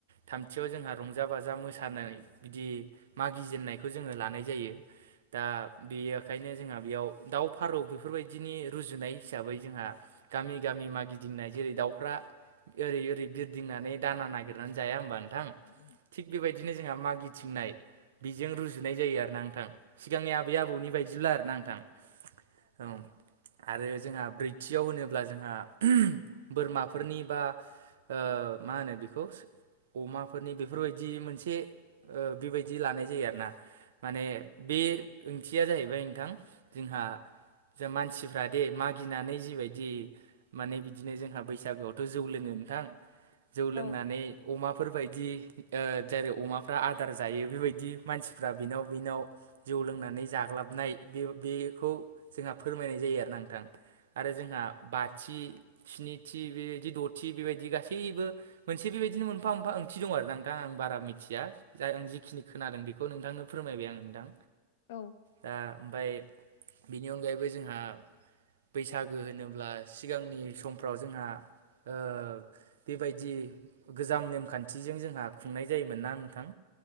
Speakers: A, on the right (about 60°); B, on the left (about 55°).
A: थामथियाव जोंहा रंजा बाजा मोसानाय बिदि मागिजेनन्नायखौ जोङो लानाय जायो। दा बेयो खायनो जोंहा बेयाव दाव फारौ बेफोरबायदिनि रुजुनाय हिसाबै जोंहा गामि गामि मागिदिंनाय जेरै दाउफ्रा ओरै ओरै बिरदिंनानै दाना नागिरनानै जाया होमबा नोंथां
B: <inaudible>
A: थिग बेबायदिनो जोंहा मागिथिंनाय बेजों रुजुनाय जायो आरोना नोंथां सिगांनि आबै आबौनि बायदिब्ला आरो ना नोंथां औ आरो जोंहा ब्रैथियाव होनोब्ला जोंहा बोरमाफोरनि बा ओ मा होनो बेखौ अमाफोरनि बेफोरबायदि मोनसे ओ बेबायदि लानाय जायो आरो ना माने बे ओंथिया जाहैबाय नोंथां जोंहा जों मानसिफ्रा दे मागिनानै जिबायदि माने बिदिनो जोंहा बैसागोआवथ' जौ लोङो नोंथां जौ
B: औ
A: लोंनानै अमाफोरबायदि ओ जेरै अमाफ्रा आदार जायो बेबायदि मानसिफ्रा बिनाव बिनाव जौ लोंनानै जाग्लाबनाय बे बेखौ जोंहा फोरमायनाय जायो आरो नोंथां आरो जोंहा बाथि स्निथि बेबायदि द'थि बेबायदि गासैबो मोनसे बेबायदिनो मोनफा मोनफा ओंथि दं आरो ना नों नोंथां आं बारा मिथिया जा आं जिखिनि खोनादों बेखौ नोंथांनो फोरमायबाय आं नोंथां
B: औ
A: दा ओमफ्राय बेनि अनगायैबो जोंहा बैसागो होनोब्ला सिगांनि समफ्राव जोंहा ओ बेबायदि गोजाम नेमखान्थिजों जोंहा खुंनाय जायोमोन ना नोंथां